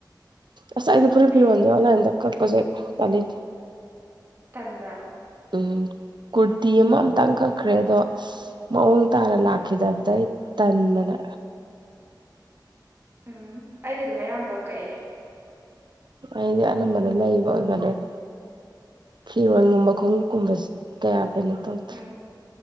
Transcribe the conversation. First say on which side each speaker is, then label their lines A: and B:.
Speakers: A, on the right; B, on the right.
A: ꯑꯁ ꯑꯩꯗꯤ ꯐꯨꯔꯤꯠ
B: ꯐꯤꯠ
A: - ꯐꯤꯔꯣꯟꯖꯦ ꯑꯣꯟꯂꯥꯏꯟꯗꯩ ꯀꯛꯄꯖꯦ ꯇꯜꯂꯤ꯫
B: ꯇꯟꯕ꯭ꯔꯥ?
A: ꯎꯝ ꯀꯨꯔꯇꯤ ꯑꯃ ꯑꯝꯇꯪ ꯀꯛ ꯈ꯭ꯔꯦ ꯑꯗꯣ ꯃꯑꯣꯡ ꯇꯥꯅ ꯂꯥꯛꯈꯤꯗꯕꯗꯩ ꯇꯟꯗꯅ
B: ꯎꯝ ꯑꯩꯗꯤ ꯑꯗꯨꯝ ꯑꯌꯥꯝꯕ ꯀꯛꯑꯦ꯫
A: ꯑꯩꯗꯤ ꯑꯅꯝꯕꯅ ꯂꯩꯕ ꯑꯣꯏꯒꯜꯂꯦ ꯫ ꯐꯤꯔꯣꯟꯒꯨꯝꯕ ꯈꯣꯡꯎꯞꯀꯨꯝꯕ ꯀꯌꯥ ꯀꯩꯅꯣ ꯇꯧꯗꯦ
B: ꯎꯝ